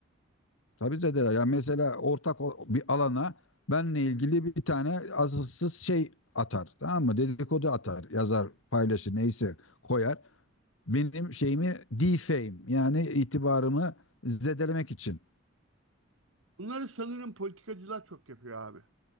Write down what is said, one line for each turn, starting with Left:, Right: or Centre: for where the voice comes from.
Left: tabii zedeler. Yani mesela ortak o- bir alana benle ilgili bir tane asılsız şey atar. Tamam mı? Dedikodu atar. Yazar, paylaşır neyse koyar. Benim şeyimi defame yani itibarımı zedelemek için.
Right: Bunları sanırım politikacılar çok yapıyor abi.